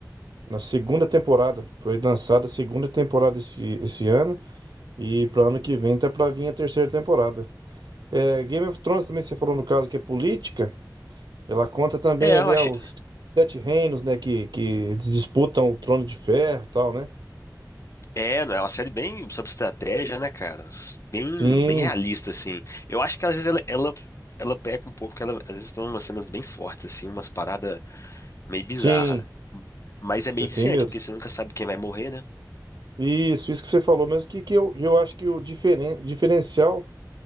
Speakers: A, on the right (about 80°); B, on the left (about 45°).
A: na segunda temporada. Foi lançada a segunda temporada esse, esse ano. E para ano que vem tá pra vir a terceira temporada. É, Game of Thrones também você falou no caso que é política. Ela conta também
B: É, eu
A: ali
B: achei.
A: aos sete reinos, né? Que, que eles disputam o trono de ferro e tal, né?
B: É, é uma série bem sobre estratégia, né, cara? Bem,
A: Sim,
B: bem realista, assim. Eu acho que às vezes ela, ela, ela peca um pouco, porque ela, às vezes tem umas cenas bem fortes, assim, umas paradas meio bizarras.
A: sim,
B: Mas é meio
A: te- tem
B: viciante,
A: mesmo.
B: porque você nunca sabe quem vai morrer, né?
A: Isso, isso que você falou mesmo, que, que eu, eu acho que o diferen, diferencial